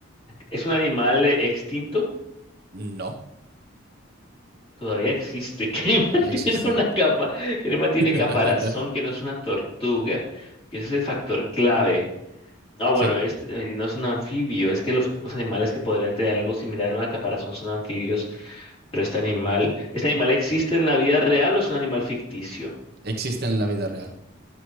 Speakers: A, on the left (about 25°); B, on the right (about 50°).
A: ¿Es un animal eh, extinto?
B: No,
A: Todavía existe. <laughs> ¿Qué animal
B: todavía
A: tiene
B: existe.
A: una capa? ¿Qué animal tiene
B: <laughs>
A: caparazón que no es una tortuga? Que ese es el factor clave. Ah, bueno,
B: Sí,
A: este, eh, no es un anfibio, es que los pocos animales que podrían tener algo similar a una caparazón son anfibios, pero este animal, ¿este animal existe en la vida real o es un animal ficticio?
B: existe en la vida real.